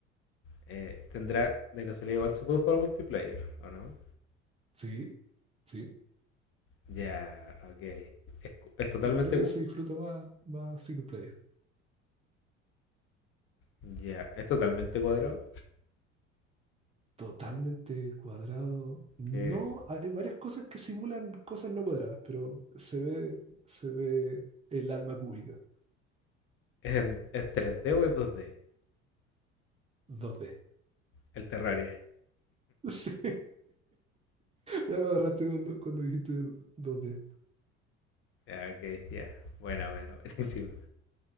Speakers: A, on the left (about 35°); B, on the right (about 15°).
A: Eh, ¿Tendrá, de casualidad, igual se puede jugar multiplayer o no?
B: Sí, sí.
A: Ya, ok. Es, cu- es totalmente,
B: Pero creo que
A: cu-
B: se disfruta más, más single player.
A: ya, es totalmente cuadrado.
B: Totalmente cuadrado. No,
A: Que
B: hay varias cosas que simulan cosas no cuadradas, pero se ve, se ve el alma cúbica.
A: es, en- ¿Es 3D o es 2D?
B: 2D.
A: El Terraria.
B: <laughs> Sí. Ya me agarraste cuando, cuando dijiste 2D.
A: Ya, ok, ya. Buena, buena, <laughs> buenísima.